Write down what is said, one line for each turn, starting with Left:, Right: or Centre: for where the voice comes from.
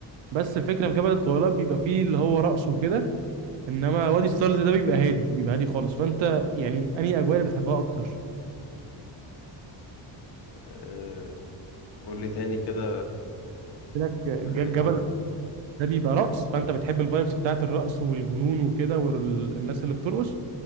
Right: بس الفكره في جبل الطويلات بيبقى فيه اللي هو رقص وكده انما وادي ستارز ده بيبقى هادي بيبقى هادي خالص فانت يعني انهي اجواء اللي بتحبها اكتر
Left: أه قول لي تاني كده
Right: لك ج-
Left: فرق بين
Right: جبل
Left: ده وده
Right: ده بيبقى رقص فانت بتحب الفايبس بتاعت الرقص والجنون وكده والناس اللي بترقص